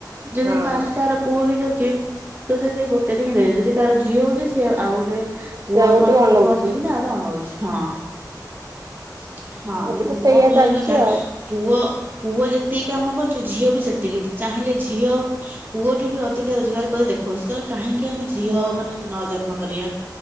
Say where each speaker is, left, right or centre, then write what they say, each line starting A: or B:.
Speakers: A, on the right; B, on the right.
A: ଯଦି
B: ହଁ
A: ଫାଷ୍ଟ କାର ପୁଅ ହେଇଯାଉଛି ତ ସେ ସେଇ ଗୋଟେରେ ହିଁ ରହିବେ ଯଦି କାହାର ଝିଅ ହଉଛି ସେଇ ଆଉ ଗୋଟେ ପୁଅ
B: ସେଆକୁ
A: ପାଇଁ
B: ଟିକେ
A: ପୁଅ
B: ଅନଉଛି।
A: ଅନେଇକନା କିି ନା ଆଉ ଗୋଟେ ଅନଉଛି ହଁ। ହଁ
B: ଏବେ
A: ଯେମିତି
B: ତ ସେଇଆ
A: ମୋ କହିବା
B: ଚାଲିଛି
A: କଥା
B: ଆଉ
A: ପୁଅ ପୁଅ ଯେତିକି କାମ କରୁଛି ଝିଅ ବି ସେତିକି ଚାହିଁଲେ ଝିଅ ପୁଅଟି ବି ଅଧିକା ରୋଜଗାର କରି ଦେଖାଉଛି ତାହେଲେ କାହିଁକି ଆମେ ଝିଅ
B: ହୁଁ
A: ମାନେ ନ ଜନ୍ମ କରିବା।